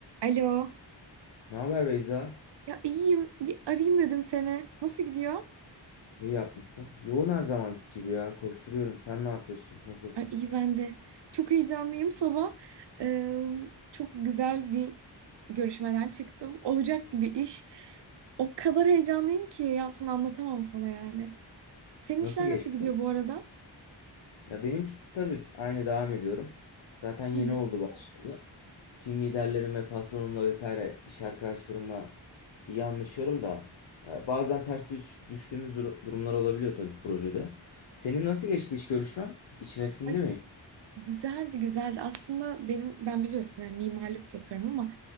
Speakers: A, on the right; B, on the left.
A: Alo.
B: Ne haber Beyza?
A: Ya iyiyim. Bir arayayım dedim seni. Nasıl gidiyor?
B: İyi yapmışsın. Yoğun her zaman gibi ya. Koşturuyorum. Sen ne yapıyorsun? Nasılsın?
A: Ay, iyi ben de. Çok heyecanlıyım sabah. Ee, çok güzel bir görüşmeden çıktım. Olacak gibi iş. O kadar heyecanlıyım ki Yalçın anlatamam sana yani. Senin
B: Nasıl
A: işler
B: geçti?
A: nasıl gidiyor bu arada?
B: Ya benimkisi stabil. Aynı devam ediyorum. Zaten yeni
A: Hı hı.
B: oldu başladı. Team liderlerim ve patronumla vesaire iş arkadaşlarımla iyi anlaşıyorum da e, bazen ters düş- düştüğümüz dur- durumlar olabiliyor tabii projede. Senin nasıl geçti iş görüşmen? İçine sindi
A: Ay
B: mi?
A: Güzeldi güzeldi. Aslında benim ben biliyorsun yani mimarlık yapıyorum ama